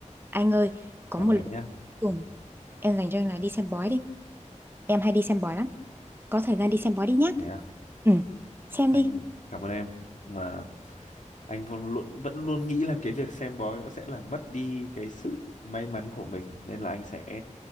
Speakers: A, on the right; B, on the left.
A: anh ơi có
B: cảm
A: một
B: ơn
A: lần
B: em
A: cuối
B: nhé
A: cùng
B: Ừ,
A: em dành cho anh là đi xem bói đi em hay đi xem bói lắm Có thời gian đi xem bói đi nhá.
B: thế à
A: Ừ. Xem
B: anh
A: đi.
B: cảm ơn em nhưng mà anh vẫn luôn vẫn luôn nghĩ là cái việc xem bói nó sẽ làm mất đi cái sự may mắn của mình nên là anh sẽ